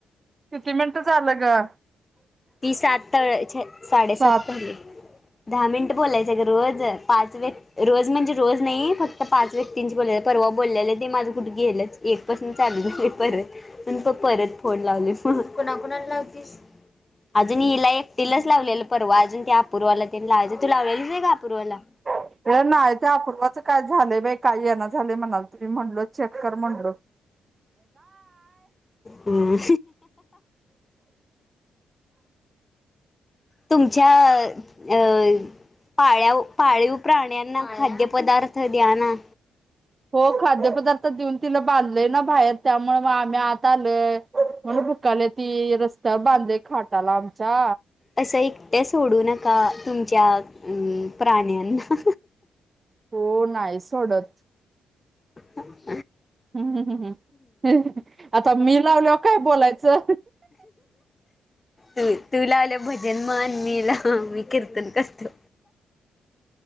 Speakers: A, on the right; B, on the left.
A: किती झालं ग.
B: ती सात साडेसात
A: सात.
B: पयलि दहा मिनिट बोलायच ग रोज पाच व रोज म्हणजे रोज नाही फक्त पाच व्यक्तींचे बोलले परवा बोललेले ते माझं कुठे गेलंच की एक पासन चालू झालं परत आणि प परत फोन लावली मग कोणाकोणा लावतीस? अजून हिला एकटीलाच लावलेलं परवा अजून ते अपूर्वाला त्यां लावायच तू लावलेलीच व्हय ग अपूर्वाला?
A: ते नाही ते अपूर्वा च काय झालय बाई काय येईना. झालय म्हणालतो मी म्हटलो कर म्हटलो.
B: हम्म. तुमच्या अं पाळ्याव पाळीव प्राण्यांना खाद्यपदार्थ द्या ना.
A: हो खाद्य पदार्थ देऊन तिला बांधलय ना बाहेर त्यामुळे मग आम्ही आत आलोय म्हणून भुकाले. ते रस्ता बांधलंय खाटा ला. जा.
B: असं एकट्या सोडू नका तुमच्या अं प्राण्यांना
A: हो नाही सोडतं.
B: ह्.
A: हम्म हम्म हम् आता मी लावल्यावर काय बोलायचं.
B: तू लावल्यावर भजन म्हण मी कीर्तन करतो.